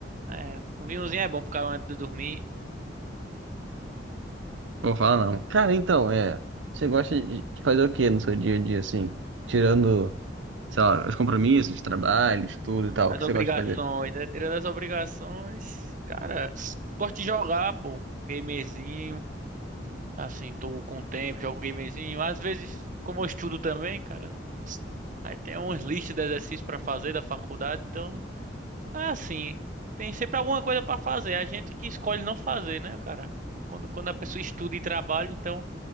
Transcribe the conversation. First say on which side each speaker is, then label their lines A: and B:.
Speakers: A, on the right; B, on the right.
A: É, o vinhozinho é bom pra ficar antes de dormir.
B: Não vou falar não. Cara, então, é. Você gosta de de fazer o quê no seu dia a dia, assim? Tirando, sei lá, os compromissos de trabalho, estudo e tal,
A: As
B: o que
A: obrigações,
B: você gosta de fazer?
A: né? Tirando as obrigações, cara, gosto de jogar, pô. Um gamezinho. Assim, tô com tempo, jogo um gamezinho. Às vezes, como eu estudo também, cara, aí tem umas listas de exercícios pra fazer da faculdade, então é assim. Tem sempre alguma coisa pra fazer. É A gente que escolhe não fazer, né, cara? Quando, quando a pessoa estuda e trabalha, então.